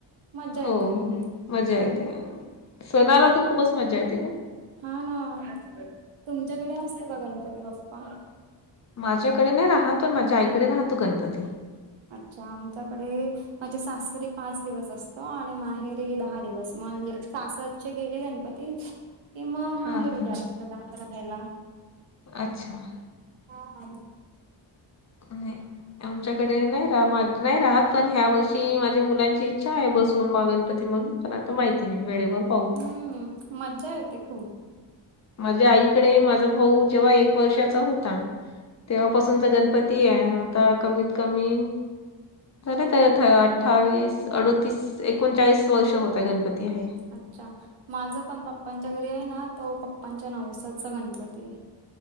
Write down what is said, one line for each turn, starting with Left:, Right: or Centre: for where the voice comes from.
Right: मज्जा
Left: हो
Right: येते मग.
Left: हो मजा
Right: हम्म
Left: येते सणाला तर खूपच मजा येते ग
Right: हा ना तुमच्याकडे असतो का गणपती बाप्पा
Left: माझ्याकडे नाही राहात तर माझ्या आईकडे राहतो गणपती
Right: अच्छा आमच्याकडे माझ्या सासरी पाच दिवस असतो आणि माहेरी दहा दिवस म्हणजे सासरचे गेले गणपती को मग
Left: हा
Right: माहेरी
Left: हा
Right: जास्त राहायला
Left: अच्छा
Right: हा
Left: आणि आमच्याकडे नाही राहा नाही राहात पण ह्या वर्षी माझ्या मुलांची इच्छा आहे बसवून बा गणपती म्हणून प आता माहिती नाही वेळेवर पाह
Right: हम्म मज्जा येते खूप
Left: माझ्या आईकडे माझा भाऊ जेव्हा एक वर्षाचा होता तेव्हापासूनचा
Right: हा
Left: गणपती ती आहे आता कमीत कमी खर त अठ्ठावीस अडोतीस एकोणचाळीस वर्ष होतय गणपती आहे
Right: अच्छा माझं पण पप्पांच्या घरी आहे ना तो पप्पांच्या नाव सचा गणपती आहे